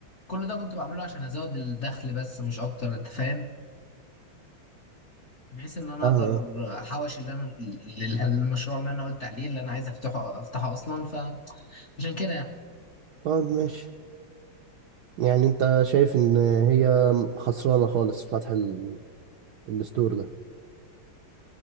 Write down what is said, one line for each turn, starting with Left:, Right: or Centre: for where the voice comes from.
Left: كل ده كنت بعمله عشان ازود الدخل بس مش اكتر انت فاهم بحيث ان انا
Right: اه
Left: اقدر
Right: آه.
Left: احوش اللي انا المشروع اللي انا قلت عليه اللي انا عايز افتحه افتحه اصلا فعشان كده يعني
Right: طيب ماشي يعني انت شايف ان هي خسرانه خالص فتح ال... الستور ده